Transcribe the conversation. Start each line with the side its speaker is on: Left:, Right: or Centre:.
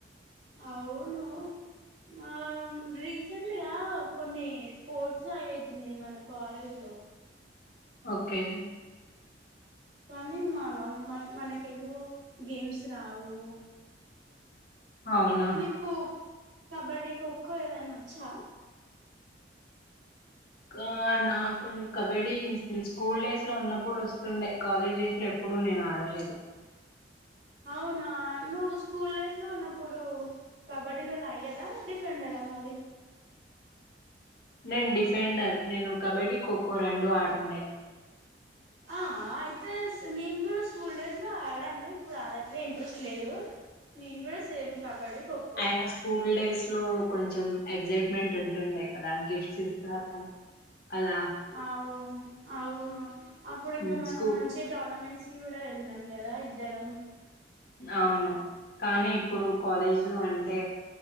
Right: అవును ఆ రీసెంట్గా కొన్ని స్పోర్ట్స్ అయితున్నాయి మన కాలేజ్ లో
Left: ఓకే
Right: కానీ మనం మనకేమో గేమ్స్ రావు
Left: అవును
Right: నీకు కబడ్డీ ఖోఖో ఏదైనా వచ్చా
Left: ఆ నాకు కబడ్డీ స్కూల్ డేస్ లో ఉన్నప్పుడు వస్తుండే కాలేజ్ డేస్ లో ఎప్పుడు నేను ఆడలేదు
Right: అవునా నువ్వు స్కూల్ డేస్ లో ఉన్నప్పుడు కబడ్డీలో రాైడరా డిఫరెండరా మళ్ళీ
Left: నేను డిఫెండర్ నేను కబడ్డీ ఖోఖో రెండు ఆదిండే
Right: ఆ అయితే నేను కూడా స్కూల్ డేస్ లో ఆడాను ఇప్పుడు ఆడట్లే ఇంట్రెస్ట్ లేదు నేను కూడా సేమ్ కబడ్డీ ఖోఖో
Left: అయినా స్కూల్ డేస్ లో కొంచెం ఎగ్సైట్మెంట్ ఉంటుండే కదా గిఫ్ట్స్ ఇస్తారు అలా
Right: అవు అవును అప్పుడు ఇంకా
Left: ఉమ్,
Right: మనం
Left: స్కూ
Right: మంచి టోర్నమెంట్స్ కూడా వెళ్ళాం కదా ఇద్దరం
Left: అవును కానీ ఇప్పుడు కాలేజ్లో అంటే